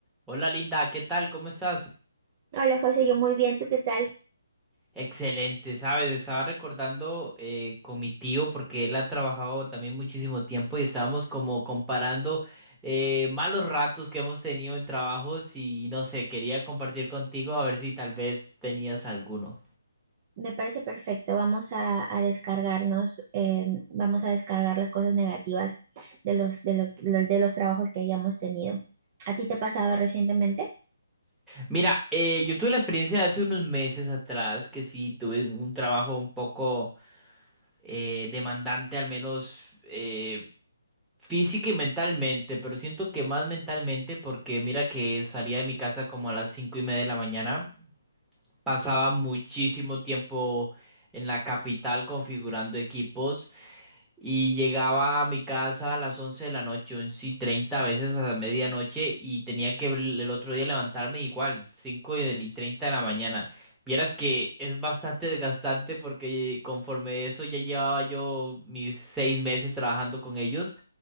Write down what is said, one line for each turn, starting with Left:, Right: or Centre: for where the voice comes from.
Centre: Hola Linda, ¿qué tal? ¿Cómo estás?
Right: Hola José, yo muy bien, ¿tú qué tal?
Centre: Excelente, sabes, estaba recordando eh, con mi tío porque él ha trabajado también muchísimo tiempo y estábamos como comparando eh, malos ratos que hemos tenido en trabajos y no sé, quería compartir contigo a ver si tal vez tenías alguno.
Right: Me parece perfecto, vamos a, a descargarnos, eh, vamos a descargar las cosas negativas de los, de lo- lo- de los trabajos que hayamos tenido. ¿A ti te ha pasado recientemente?
Centre: Mira, eh, yo tuve la experiencia de hace unos meses atrás que sí tuve un trabajo un poco eh, demandante, al menos eh, Física y mentalmente, pero siento que más mentalmente porque mira que salía de mi casa como a las cinco y media de la mañana, pasaba muchísimo tiempo en la capital configurando equipos y llegaba a mi casa a las once de la noche, once y treinta a veces a la medianoche y tenía que el el otro día levantarme igual, cinco y y treinta de la mañana. Vieras que es bastante <laughs> desgastante porque conforme eso ya llevaba yo mis seis meses trabajando con ellos.